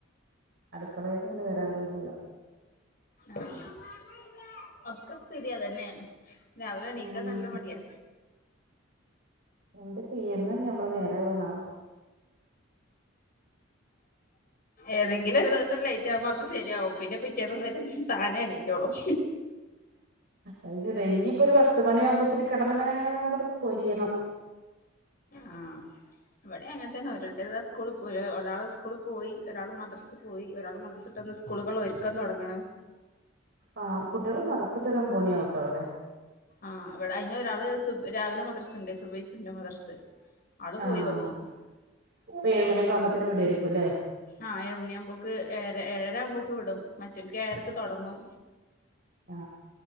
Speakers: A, on the right; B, on the left.
A: അടുക്കളയൊക്കണ്ട് വരാൻ തോന്നൂല്ല
B: ആ ഒക്കെ സ്ഥിതി അതന്നെയാണ് രാവിലെ എണീക്കാൻ
A: ഉം
B: നല്ല മടിയാ
A: എന്ത് ചെയ്യന്ന് ഞമ്മള് നേരെ ണാവോ
B: ഏതെങ്കിലും ഒരു ദിവസം ലേറ്റ് ആകുമ്പോ അപ്പൊ ശരിയാവും പിന്നേ പിറ്റേന്നുതൽ താനെ എ ണീറ്റോളും
A: അത് ശരി ഇനിയിപ്പൊ ഒരു പത്ത് മണി ആകുമ്പോത്തിനു കിടന്നങ്ങനങ്ങന പൊരിയണം
B: ആഹ ഇവിടെ അങ്ങനെത്തന്നെ ഓരോരുത്തര് താ സ്കൂൾ ഒ ഒരാള് സ്കൂളിൽ പോയി ഒരാൾ മദ്രസ് പോയി ഒരാൾ മദ്രസട്ടന്ന് സ്കൂളുകൾ ഒരുക്കൻ തുടങ്ങണ്
A: ആ കുട്ടികൾ മദ്ർസ വിട്ട് വരാൻ ഒമ്പതു മണിയാകും ട്ടോ വിടെ
B: ആഹ് അവിടെ അയിന് ഒരാള് സു രാവിലെ മദ്രസുണ്ട് സുബയ്ക്കുണ്ട് മദ്രസ ആള്
A: ആഹ
B: പോയി വന്നു
A: ഇപ്പൊ ഏഴുമണിയക്കെ ആവുമ്പോത്തന് വിടായിരിക്കും ല്ലേ
B: ആഹ് മണിയാകുമ്പോക്ക് ഏഴ് ഏഴര ആകുമ്പോക്കെ വിടും മറ്റക്ക് ഏഴരക്ക് തുടങ്ങും
A: ആ